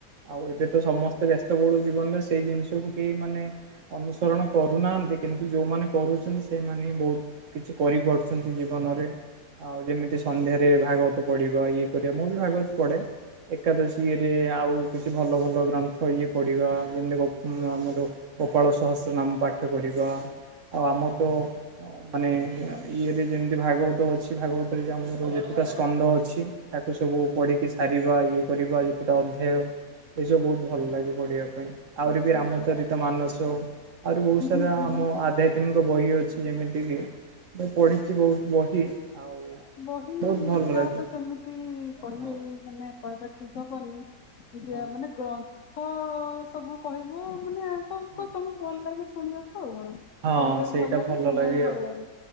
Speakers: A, on the right; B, on the left.
A: ଆଉ ଏବେ ତ ସମସ୍ତେ ବ୍ୟସ୍ତ ବଳୁ ଜୀବନରେ ସେଇ ଜିନିଷକୁ କେହି ମାନେ ଅନୁସରଣ କରୁନାହାନ୍ତି କିନ୍ତୁ ଯୋଉମାନେ କରୁ ଛନ୍ତି ସେମାନେ ବହୁତ କିଛି କରିପାରୁଛନ୍ତି ଜୀବନରେ। ଆଉ ଯେମିତି ସନ୍ଧ୍ୟାରେ ଭାଗବତ ପଢିବା ଇଏ କରିବା ମୁଁ ବି ଭାଗବତ ପଢେ। ଏକାଦଶୀ ଇରେ ଆଉ କିଛି ଭଲ ଭଲ ଗ୍ରନ୍ଥ ଇଏ ପଢ଼ିବା ଯେମିତିକ ଉ ଆମର ଗୋପାଳ ସହସ୍ର ନାମ ପାଠ କରିବା ଆଉ ଆମର ତ ମାନେ ଇଏରେ ଯେମିତି ଭାଗବତ ଅଛି ଭାଗବତରେ ଆମର ଯେତେଟା ସ୍କନ୍ଦ ଅଛି। ତାକୁ ସବୁ ପଢିକି ସାରିବା ଇଏ କରିବା ଯେତଟା ଅଧ୍ୟାୟ। ଏସବୁ ବହୁତ ଭଲ ଲାଗେ ପଢିବା ପାଇଁ। ଆହୁରି
B: ଆଚ୍ଛା
A: ବି ରାମଚରିତ
B: ଆଚ୍ଛା
A: ମାନସ ଆହୁରି ବହୁତ
B: ଉଁ
A: ସାରା
B: ହୁଁ ହୁଁ
A: ଆମ
B: ହୁଁ
A: ଆଧ୍ୟା ବହି ଅଛି ଯେମିତି କି ମୁଁ ପଢିଛି ବହୁତ ବହି। ଆଉ
B: ବହି
A: ବହୁତ ଭଲ
B: ତା
A: ଲାଗେ
B: ତ ସେମିତି ବହି
A: ହଁ
B: ମାନେ କହିବା ଠିକ ହବନି। ଯେ
A: ହଁ
B: ମାନେ ଗ୍ରନ୍ଥ ସବୁ କହିବୁ ମାନେ ସବୁ
A: ହଁ
B: ତମକୁ ଭଲ ଲାଗେ ଶୁଣିବାକୁ ଆଉ କଣ
A: ହଁ
B: ପଢିବାକୁ
A: ସେଇଟା
B: ଭଲ ଲାଗେ ଶୁଣିବାକୁ ଭଲ
A: ଆଉ
B: ଲାଗେ।